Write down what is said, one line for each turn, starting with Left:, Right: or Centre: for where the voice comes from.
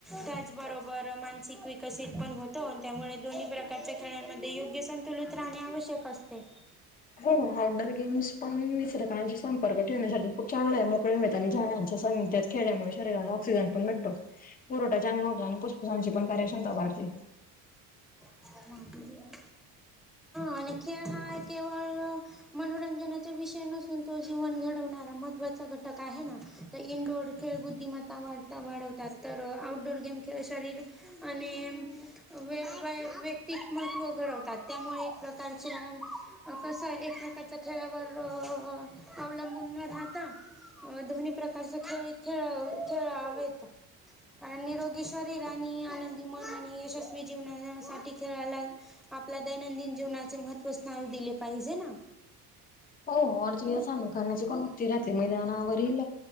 Centre: त्याचबरोबर मान - विकसित पण होतो आणि त्यामुळे दोन्ही प्रकारचे- खेळांमध्ये योग्य संतुलित राहणे आवश्यक असते.
Left: हो. आउटडोर गेम्स पण <unintelligible> प्रगती होण्यासाठी खूप चांगलं आहे. मोकळ्या हवेत आणि झाडांच्या सांनिध्यात खेळल्यामुळे. शरीराला ऑक्सिजन पण भेटतो. पुरवठा चांगला होतो आणि फुफूसांची पण कार्यक्षमता वाढते.
Centre: हा. आणि खेळ हा केवळ- मनोरंजनाचा विषय नसून तो जीवन घडवणारा महत्त्वाचा घटक आहे ना. तर इनडोअर खेळ बुद्धिमत्ता वाढता वाढवतात. तर आउटडोर गेम खेळ शरीर- आणि <unintelligible> <unintelligible> घडवतात. त्यामुळे एक प्रकारच्या, कसय - खेळावर अवलंबून न राहता दोन्ही प्रकारचा खेळ- खेळ खेळावेत. कारण निरोगी शरीर आणि आनंदी मन आणि यशस्वी जीवनासाठी- खेळाला आपला दैनंदिन जीवनाचे महत्त्व स्थान दिले पाहिजे ना?
Left: हो. हो. आणि तुला सांगू का? <unintelligible> मैदानावरील